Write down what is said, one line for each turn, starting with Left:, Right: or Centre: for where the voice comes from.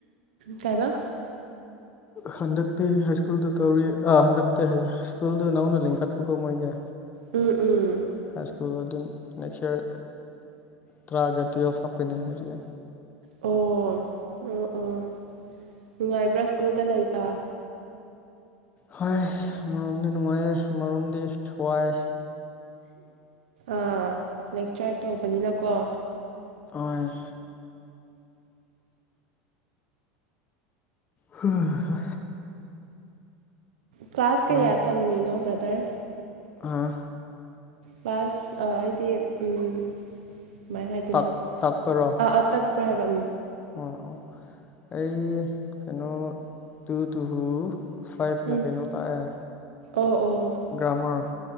Right: ꯀꯩꯕꯥ
Left: ꯍꯟꯗꯛꯇꯤ ꯍꯥꯏ ꯁ꯭ꯀꯨꯜꯗ ꯇꯧꯔꯤ ꯑ ꯍꯟꯗꯛꯇꯤ ꯍꯥꯏ ꯁ꯭ꯀꯨꯜꯗꯨ ꯅꯧꯅ ꯂꯤꯡꯈꯠꯄꯀꯣ ꯃꯣꯏꯒꯤ
Right: ꯎꯝ ꯎꯝ
Left: ꯍꯥꯏꯁ ꯀꯨꯜ ꯂ ꯗꯨꯟ ꯅꯦꯛꯁ ꯏꯌꯥꯔ ꯇ꯭ꯔꯥꯒ ꯇꯨꯋꯦꯜꯐ ꯍꯥꯞꯀꯅꯤ ꯍꯥꯏꯔꯤꯌꯦ
Right: ꯑꯣ ꯑꯣ ꯑꯣ ꯅꯨꯡꯉꯥꯏꯕ꯭ꯔꯥ ꯁ꯭ꯀꯨꯜꯗ ꯂꯩꯕ
Left: ꯍ ꯑꯃꯔꯣꯝꯗ ꯅꯨꯡꯉꯥꯏꯌꯦ ꯑꯃꯔꯣꯝꯗꯤ ꯋꯥꯏ
Right: ꯑꯥ ꯂꯦꯛꯆꯔ ꯇꯧꯕꯅꯤꯅꯀꯣ
Left: ꯑꯣꯏ ꯍꯨ ꯍ
Right: ꯀ꯭ꯂꯥꯁ
Left: ꯅꯪ
Right: ꯀꯩꯌꯥ ꯇꯝꯃꯤꯅꯣ ꯕ꯭ꯔꯗꯔ
Left: ꯑꯥ
Right: ꯄꯁ ꯑꯩꯗꯤ ꯎꯝ ꯀꯃꯥꯏꯅ ꯍꯥꯏꯗꯣꯏꯅꯣ
Left: ꯇꯥꯛ ꯇꯥꯛꯄꯔꯣ
Right: ꯑ ꯑꯇꯛ ꯄ꯭ꯔꯥꯏ ꯍꯥꯏꯕ ꯎꯝ
Left: ꯑꯣ ꯑꯣ ꯑꯩ ꯀꯩꯅꯣ ꯇꯨ ꯇꯨ ꯍꯨ ꯁ꯭ꯋꯥꯏꯐꯅ
Right: ꯎꯝ
Left: ꯀꯩꯅꯣ ꯇꯥꯛꯑꯦ
Right: ꯑꯣ ꯑꯣ
Left: ꯒ꯭ꯔꯃꯔ